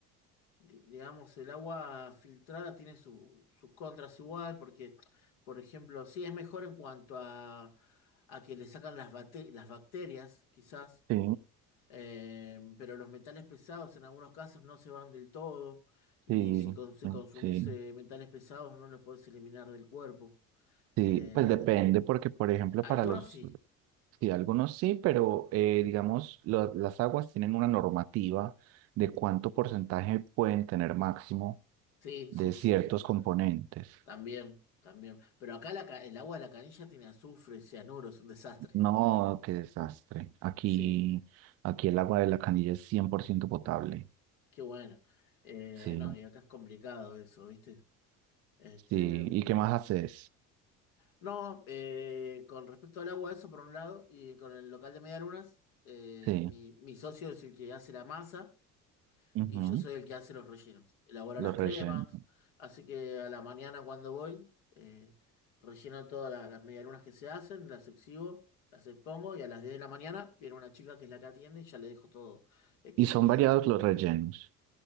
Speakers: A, on the left; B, on the right.
A: di- digamos, el agua filtrada tiene su- sus contras igual, porque, por ejemplo, sí es mejor en cuanto a, a que le sacan las, bate- las bacterias, quizás,
B: Sí,
A: eh, pero los metales pesados en algunos casos no se van del todo, y
B: sí,
A: si, con- si consumís
B: sí.
A: eh, metales pesados no los podés eliminar del cuerpo.
B: Sí,
A: Eh,
B: pues depende, porque por ejemplo
A: algunos
B: para los,
A: sí,
B: sí, algunos sí, pero eh,
A: sí,
B: digamos, lo- las aguas tienen una normativa de cuánto porcentaje pueden tener máximo
A: sí,
B: de
A: sí, sí,
B: ciertos componentes.
A: también, también. Pero acá la ca- el agua de la canilla tiene azufre, cianuro, es un desastre.
B: No, qué desastre. Aquí,
A: Sí.
B: aquí el agua de la canilla es 100% potable.
A: Qué bueno. Eh,
B: Sí,
A: no, y acá es complicado eso, ¿viste? Este,
B: sí.
A: mm,
B: ¿Y qué más haces?
A: no, eh, con respecto al agua, eso por un lado, y con el local de medialunas, eh,
B: Sí,
A: mi, mi socio es el que hace la masa
B: ujú,
A: y yo soy el que hace los rellenos. Elaboro
B: Los
A: las cremas,
B: rellenos.
A: así que a la mañana cuando voy, eh, relleno todas la- las medialunas que se hacen, las exhibo, las expongo y a las 10 de la mañana viene una chica que es la que atiende y ya le dejo todo exhibido.
B: Y son variados los rellenos.